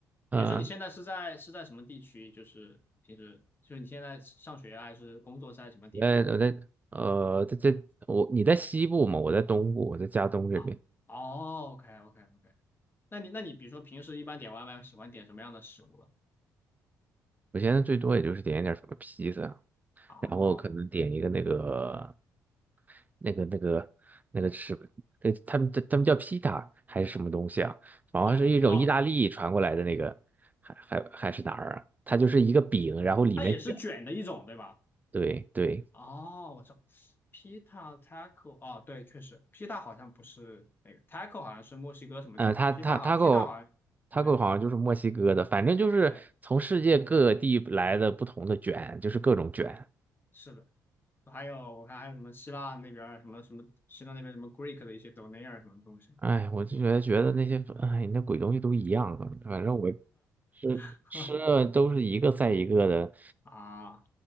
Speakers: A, on the right; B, on the left.
A: 嗯、
B: 比如说你现在是在是在什么地区？就是平时就是你现在上学啊还是工作是在什么地方
A: 我在我在呃，在在我你在西部嘛，我在东部，我在加东这边。
B: 啊？哦，OK OK OK，那你那你比如说平时一般点外卖喜欢点什么样的食物呢？
A: 我现在最多也就是点一点什么披萨啊，
B: 哦
A: 然后可能点一个那个那个那个那个吃，对，他们他们叫披萨还是什么东西啊？好像是一种意大利传过来的那个，
B: 哦哦，
A: 还还还是哪儿啊？它就是一个饼，然后里面卷，
B: 它也是卷的一种，对吧？
A: 对对，
B: 哦，我知道，pita taco，哦，对，确实，pita 好像不是那个，taco 好像是墨西哥什么卷，pita
A: 嗯，他他 taco
B: 好，pita 好像，
A: t
B: 对
A: a 好像就是墨西哥的，反正就是从世界各地来的不同的卷，
B: 对
A: 就是各种卷。
B: 对，是的。还有我看还有什么希腊那边儿什么什么希腊那边什么 Greek 的一些 donair 什么东西，
A: 哎，我就觉得觉得那些，哎，那鬼东西都一样啊，反正我吃吃的都是一个赛一个的。
B: <laughs> 啊，